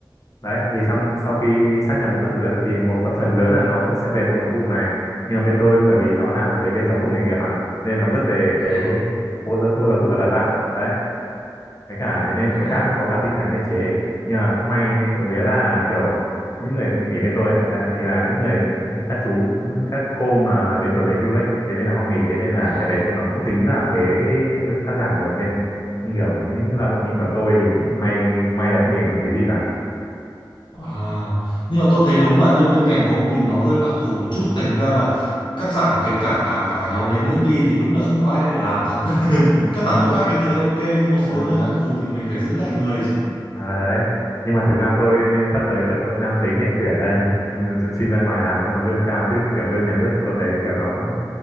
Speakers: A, on the left; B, on the left.
A: đấy thì sau sau khi sát nhập bộ các thứ ấy thì một phần, phần lớn là nó sẽ về bộ nội vụ này nhưng mà bên tôi bởi vì nó làm về bên giáo dục nghề nghiệp à nên nó vứt về cái
B: Ừ.
A: bộ giáo- bộ giáo dục và đào tạo đấy thế cả thế nên
B: Ồ.
A: với cả cũng có cả tinh giản biên chế nhưng mà cũng may trộm vía là kiểu những người nghỉ bên tôi ấy là là những người
B: Ừ.
A: các chú các cô mà đến tuổi về hưu ấy thế nên là họ nghỉ thế nên là
B: À,
A: cái đấy nó cũng tính ra cái lượng cắt giảm rồi nên như kiểu những lao động như kiểu tôi thì cũng may may là không bị ảnh hưởng tí gì cả
B: à. Nhưng mà tôi thấy đúng bạn như bên ngành của ông thì nó hơi đặc thù một chút thành ra là cắt giảm cái cả cả cả nhóm đấy nữa đi thì đúng là không có ai để làm thật
A: ừ,
B: <laughs> cắt
A: ừ,
B: giảm chỗ khác thì tôi thấy ok nhưng một
A: ừ.
B: số nơi đặc thù thì mình phải giữ lại người chứ
A: À, đấy nhưng mà thực ra tôi sắp tới kiểu tôi đang tính để chuyển đây <laughs> Ừ, xin ra ngoài làm cho nó lương cao chứ kiểu lương nhà nước tôi thấy kiểu nó vẫn